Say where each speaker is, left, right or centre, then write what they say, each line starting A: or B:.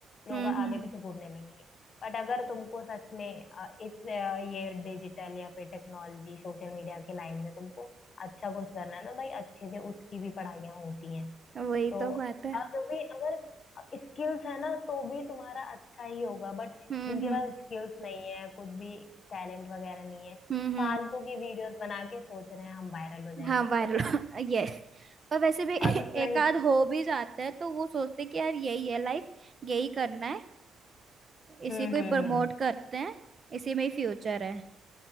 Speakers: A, on the left; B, on the right.
A: लोग
B: हम्म
A: आगे
B: हम्म
A: पीछे घूमने लगेंगे बट अगर तुमको सच में अ, इस अ, ये डिजिटल या फिर टेक्नोलॉजी सोशल मीडिया के लाइन में तुमको अच्छा कुछ करना है ना भाई अच्छे से उसकी भी पढ़ाइयाँ होती हैं
B: वही
A: तो
B: तो बात है
A: अब जो भी अगर स्किल्स है ना तो भी तुम्हारा अच्छा ही होगा बट
B: हम्म
A: जिनके
B: हम्म
A: पास स्किल्स नहीं है कुछ भी टैलेंट वगैरह नहीं है
B: हम्म, हम्म।
A: फालतू की वीडियोस बना के सोच रहे हैं हम वायरल हो जाएंगे
B: हाँ वायरल
A: मतलब
B: यस <laughs> और वैसे भी <laughs>
A: और नहीं
B: एक आध हो भी जाता है तो वो सोचते हैं कि यार यही है लाइफ यही करना है इसी
A: हम्म
B: को ही
A: हम्म
B: प्रमोट
A: हम्म
B: करते हैं इसी में ही फ्यूचर है